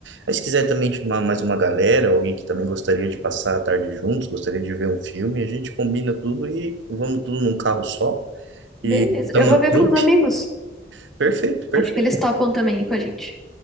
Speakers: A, on the right (about 75°); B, in the centre.
A: Mas se quiser também chamar mais uma galera, alguém que também gostaria de passar a tarde juntos, gostaria de ver um filme, a gente combina tudo e vamos tudo num carro só.
B: Beleza.
A: E montar
B: Eu
A: uma
B: vou ver
A: trupe?
B: com os amigos.
A: Perfeito, perfeito,
B: Acho que eles topam também com a gente.